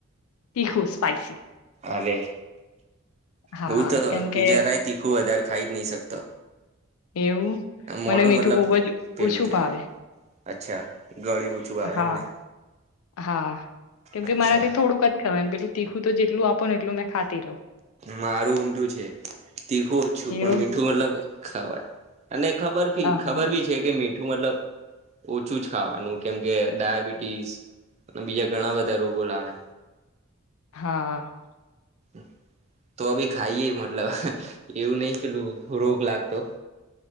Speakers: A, on the left (about 80°); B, on the right (about 30°).
A: તીખું સ્પાઈસી.
B: અરે,
A: હા
B: હું તો
A: કેમ કે
B: જરાય તીખું વધારે ખાઈ જ નહીં શકતો.
A: એવું મને
B: મોઢું
A: મીઠું
B: મતલબ
A: બહુ જ
B: પહેલું
A: ઓછું
B: થાય,
A: ભાવે
B: અચ્છા. ગળ્યું ઓછું આવે
A: હા,
B: એમને
A: હા. કેમકે
B: અચ્છા
A: મારાથી થોડુંક જ <unintelligible> પહેલું તીખું તો જેટલું આપો ને એટલું મે ખાતી રહું.
B: મારું ઊંધું છે. તીખું ઓછું
A: એવું
B: પણ મીઠું મતલબ ખવાય. અને ખબર ભી
A: હા
B: ખબર
A: હા
B: બી છે કે મીઠું મતલબ ઓછું જ ખાવાનું, કેમ કે ડાયાબિટીસ અને બીજા ઘણા બધા રોગો લાવે.
A: હા.
B: <inaudible> તો ભી ખાઈએે મતલબ એવું નહ પેલું રોગ લાગતો.